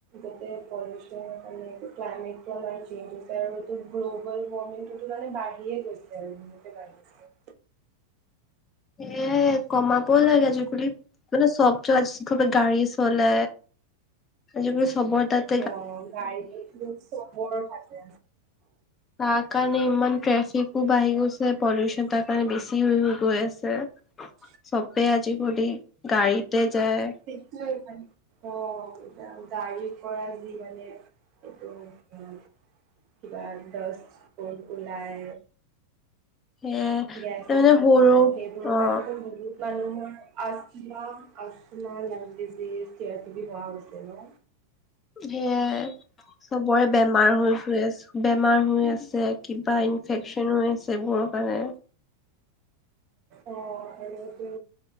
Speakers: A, on the right; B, on the left.
A: যাতে পল্যুচন কাৰণে ক্লাইমেটটো আমাৰ চেঞ্জ হৈছে আৰু গ্ল'বল ৱৰ্মিংটো টো মানে বাঢ়িয়ে গৈছে আৰু যিমতে বাঢ়িছে
B: এ কমাব লাগে আজিকালি মানে চব যাতে গাড়ী চলে আজিকালি চবৰ তাত
A: অ গাড়ীতো টো চবৰ থাকে
B: তাৰ কাৰণে ইমান ট্ৰেফিকো বাঢ়ি গৈছে পলিউচন তাৰ কাৰণে বেছি হৈ হৈ গৈ আছে
A: <inaudible>
B: চবে আজিকালি গাড়ীতে যায়
A: সেইটো মানে অ এতিয়া গাড়ীৰ পৰা যি মানে এইটো কিবা দছ ফুল ওলাই
B: সেয়াই
A: গেছ
B: তাৰমানে
A: ইউচ কোনোবাই
B: সৰু
A: সেইবোৰৰ
B: অ
A: পৰাই তো আমি ভুগো মানুহৰ আষ্টমা আষ্টমা লাইভ ডিজিছ কিবা কিবি হোৱা হৈছে ন
B: সে চবৰে বেমাৰ হৈছে বেমাৰ হৈ আছে কিবা ইনফেক ন হৈ আছে এইবোৰৰ কাৰণে
A: অ এনে কি